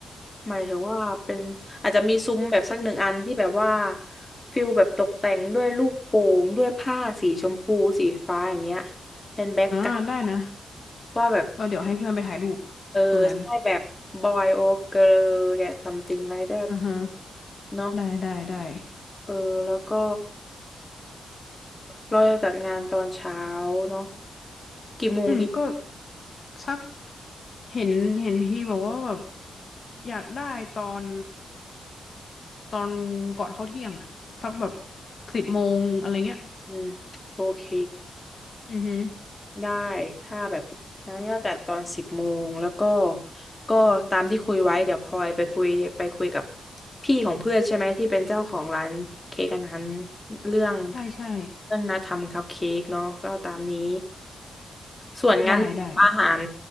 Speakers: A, on the left (about 25°); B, on the left (about 55°).
A: หมายถึงว่าเป็นอาจจะมีซุ้มแบบสักหนึ่งอันที่แบบว่าฟิลแบบตกแต่งด้วยลูกโป่งด้วยผ้าสีชมพูสีฟ้าอย่างเงี้ยเป็นแบ็กกราวด์
B: อ่าได้นะ
A: ว่าแบบ
B: ก็เดี๋ยวให้เพื่อนไปถ่ายรูป
A: เออใช่แบบบอยโอเกิร์ลแก
B: ตรงนั้น
A: something like that
B: อ่าฮะ
A: เนาะ
B: ได้ได้ได้
A: เออแล้วก็เราจะจัดงานตอนเช้าเนาะกี่โมงดี
B: อืมก็สักเห็นเห็นพี่บอกว่าแบบอยากได้ตอน ตอนก่อนเข้าเที่ยงอะสักแบบสิบโมงอะไรเงี้ย
A: อืมโอเค
B: อือฮึ
A: ได้ถ้าแบบนั้นก็จัดตอนสิบโมงแล้วก็ก็ตามที่คุยไว้เดี๋ยวพลอยไปคุยไปคุยกับพี่ของเพื่อนใช่ไหมที่เป็นเจ้าของร้านเค้กอันนั้นเรื่อง
B: ใช่ใช่
A: เรื่องนัดทำคัพเค้กเนาะก็ตามนี้ ส่วนงั้นอาหาร
B: ได้ได้